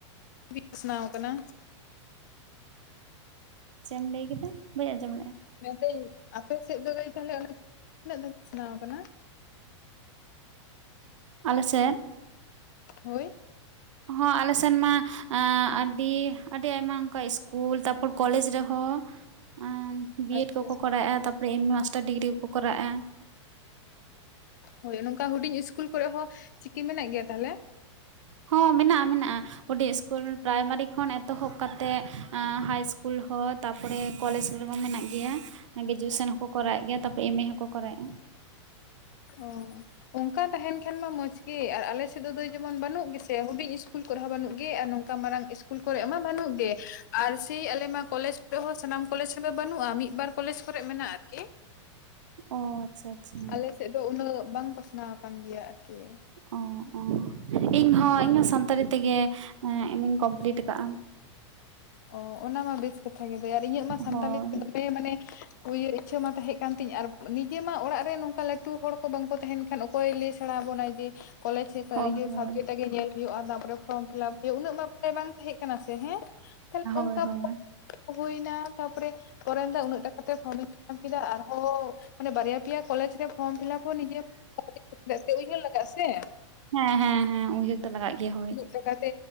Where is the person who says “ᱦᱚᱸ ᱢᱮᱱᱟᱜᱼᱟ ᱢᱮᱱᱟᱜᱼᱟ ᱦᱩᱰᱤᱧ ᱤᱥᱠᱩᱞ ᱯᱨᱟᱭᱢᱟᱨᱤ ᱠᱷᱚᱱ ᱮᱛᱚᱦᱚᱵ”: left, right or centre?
Right